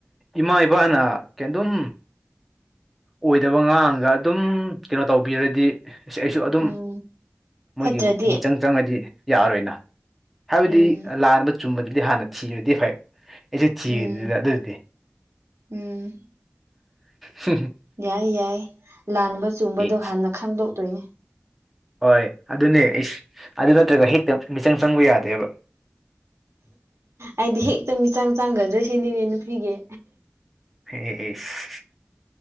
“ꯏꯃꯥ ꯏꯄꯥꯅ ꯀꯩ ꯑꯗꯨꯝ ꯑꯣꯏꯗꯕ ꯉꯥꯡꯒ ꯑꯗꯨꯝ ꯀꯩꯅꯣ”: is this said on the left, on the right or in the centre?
Centre